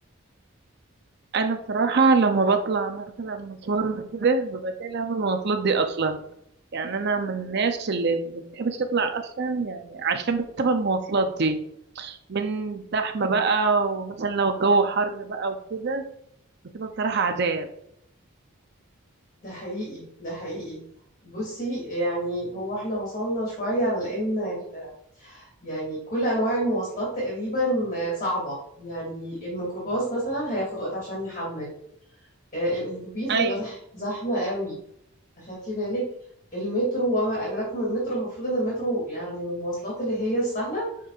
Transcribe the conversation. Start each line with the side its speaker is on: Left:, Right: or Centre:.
Right: انا بصراحه لما بطلع مثلا مشوار كده ببقى شايله هم المواصلات دي اصلا يعني انا من الناس اللي ما بتحبش تطلع اصلا يعني عشان بتبقى المواصلات دي من زحمه بقى ومثلا لو الجو حر بقى وكده بتبقى بصراحه عذاب
Left: ده حقيقي ده حقيقي بصي يعني هو احنا وصلنا شويه لان ال... يعني كل انواع المواصلات تقريبا صعبه يعني الميكروباص مثلا هياخد وقت عشان يحمل آه، الاتوبيس
Right: ايوه
Left: هيبقى زح... زحمه قوي اخدتي بالك المترو وما ادراك ما المترو المفروض ان المترو يعني من المواصلات اللي هي السهله